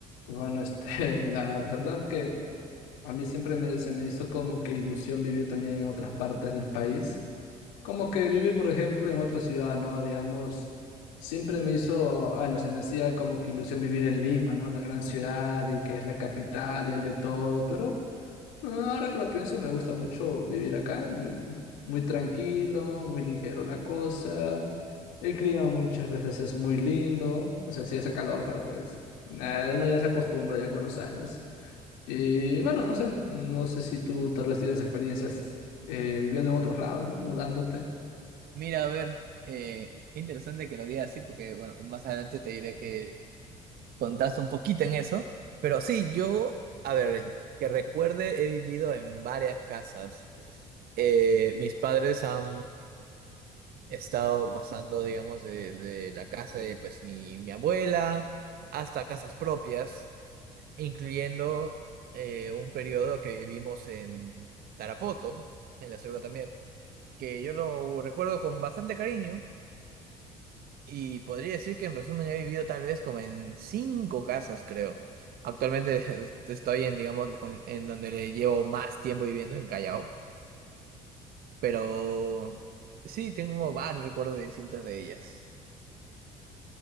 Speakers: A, on the left; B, on the right.
A: Y bueno, este, <laughs> la verdad que a mí siempre me, se me hizo como que ilusión vivir también en otras partes del país. Como que vivir, por ejemplo, en otra ciudad, ¿no? Digamos, siempre me hizo, ah, no se me hacía como que ilusión vivir en Lima, ¿no? La gran ciudad y que es la capital y hay de todo, pero... Ah, Ahora que lo pienso, me gusta mucho vivir acá, muy, muy tranquilo, muy ligero la cosa. El clima muchas veces es muy lindo, o sea, sí hace calor, pero pues nada, uno ya se acostumbra ya con los años. Y bueno, no sé, no sé si tú tal vez tienes experiencias eh, viviendo en otros lados, ¿no? Mudándote.
B: Mira, a ver, eh, qué interesante que lo digas así, porque bueno, más adelante te diré que contaste un poquito en eso. Pero sí, yo, a ver, que recuerde, he vivido en varias casas. Eh, mis padres han estado pasando, digamos, desde la casa de pues mi, mi abuela hasta casas propias, incluyendo eh, un periodo que vivimos en Tarapoto, en la selva también, que yo lo recuerdo con bastante cariño Y podría decir que en resumen he vivido tal vez como en cinco casas, creo. Actualmente <laughs> estoy en, digamos, con- en donde le llevo más tiempo viviendo, en Callao. Pero sí, tengo varios recuerdos de distintas de ellas.